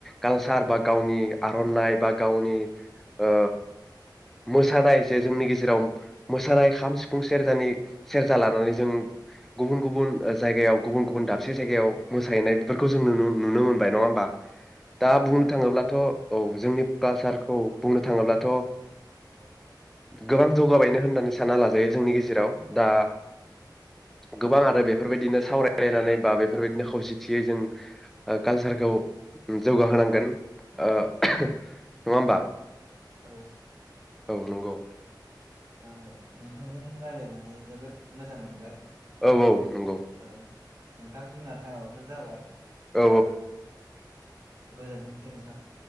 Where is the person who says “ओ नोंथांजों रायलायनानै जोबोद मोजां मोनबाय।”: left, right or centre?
Right